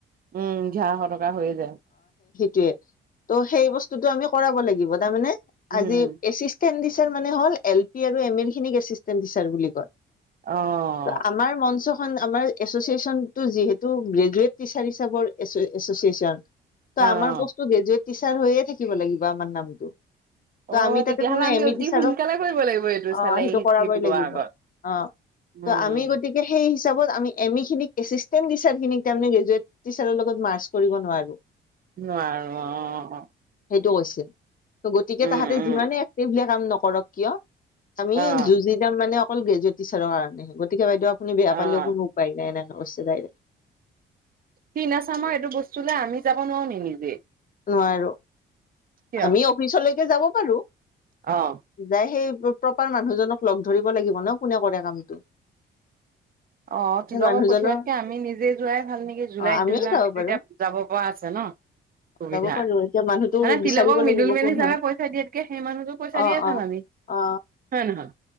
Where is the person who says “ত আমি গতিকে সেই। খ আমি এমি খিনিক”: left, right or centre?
Left